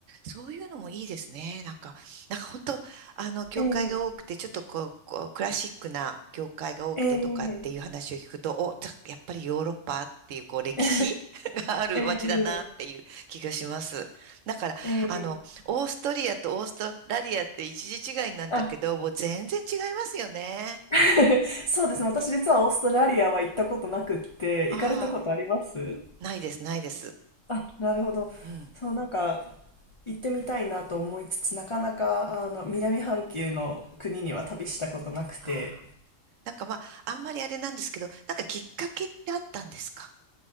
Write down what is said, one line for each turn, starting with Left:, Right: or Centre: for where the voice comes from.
Right: そういうのもいいですね。なんか、なんか本当、あの、教会が多くて、
Left: ええ、
Right: ちょっとこう、こうクラシックな教会が多くてとかっていう話を聞くと、
Left: ええ、
Right: お、たやっぱりヨーロッパっていう、こう、歴史
Left: え
Right: <laughs> がある街だなっていう気がします。
Left: え、ええ、
Right: だから、
Left: ええ
Right: あの、オーストリアとオーストラリアって一時違いなんだけど、
Left: あ、
Right: もう全然違いますよね。
Left: <laughs> そうですね。私実はオーストラリアは行ったことなくって、
Right: ああ、
Left: 行かれたことあります
Right: ないです、ないです。
Left: あ、なるほど。
Right: うん。
Left: そう、なんか、行ってみたいなと思いつつ、なかなか、あの、南半球の国には旅したことなくて、
Right: ああ。なんかまあ、あんまりあれなんですけど、なんかきっかけってあったんですか